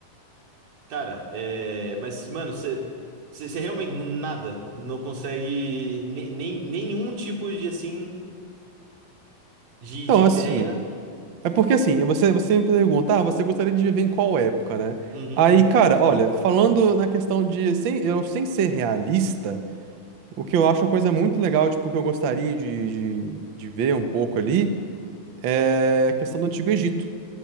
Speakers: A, on the right; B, on the right.
A: Cara, é, mas, mano, você realmente não- nada, não consegue ne- nem, nenhum tipo de, assim, de,
B: Então,
A: de
B: assim,
A: ideia.
B: É porque assim, você, você me pergunta, ah, você gostaria de viver em qual época, né?
A: Uhum.
B: Aí, cara, olha, falando na questão de, sem, eu, sem ser realista, o que eu acho uma coisa muito legal, tipo, que eu gostaria de, de, de ver um pouco ali, é a questão do Antigo Egito.